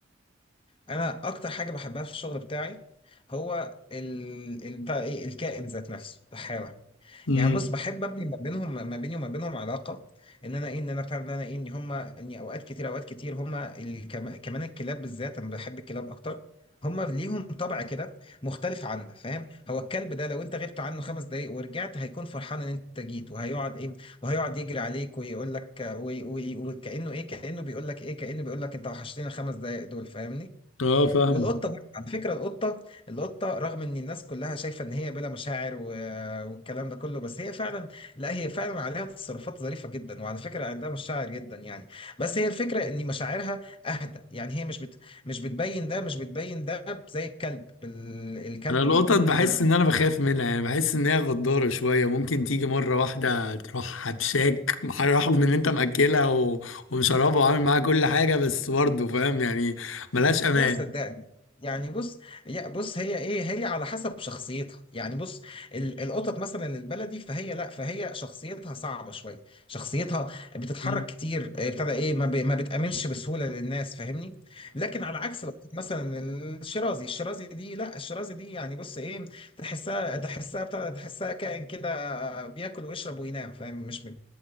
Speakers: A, on the left (about 25°); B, on the left (about 80°).
A: انا اكتر حاجه بحبها في الشغل بتاعي هو ال... ال... بتاع ايه الكائن ذات نفسه الحيوان
B: امم
A: يعني بص بحب ابني ما بينهم ما بيني وما بينهم علاقه ان انا ايه ان انا بتاع ان انا ايه ان هم اني اوقات كتير اوقات كتير هم الكم... كمان الكلاب بالذات انا بحب الكلاب اكتر هم ليهم طبع كده مختلف عنا فاهم هو الكلب ده لو انت غبت عنه خمس دقايق ورجعت هيكون فرحان ان انت جيت وهيقعد ايه وهيقعد يجري عليك ويقول لك وي- وي- وكانه ايه كانه بيقول لك ايه كانه بيقول لك انت وحشتني الخمس دقايق دول فاهمني
B: اه فاهمه
A: والقطه برضه على فكره القطه القطه رغم ان الناس كلها شايفه ان هي بلا مشاعر و... والكلام ده كله بس هي فعلا لا هي فعلا عليها تصرفات ظريفه جدا وعلى فكره عندها مشاعر جدا يعني بس هي الفكره ان مشاعرها اهدى يعني هي مش بت... مش بتبين ده مش بتبين ده زي الكلب ال... الكلب
B: انا القطط
A: بيكون
B: بحس ان انا بخاف منها يعني بحس ان هي غدارة شوية ممكن تيجي مرة واحدة تروح حبشاك رغم ان انت مأكلها و... ومشربها وعامل معاها كل حاجة بس برضه فاهم يعني ملهاش امان
A: لا صدقني يعني بص يا بص هي ايه هي على حسب شخصيتها يعني بص ال- القطط مثلا البلدي فهي لا فهي شخصيتها صعبة شوية شخصيتها بتتحرك
B: مم.
A: كتير آه، ابتدى ايه ما, ب... ما بتأمنش بسهولة للناس فاهمني لكن على عكس القطط مثلا الشرازي الشرازي دي لا الشرازي دي يعني بص ايه تحسها تحسها ابتدى تحسها كائن كده بياكل ويشرب وينام فاهم مش ب...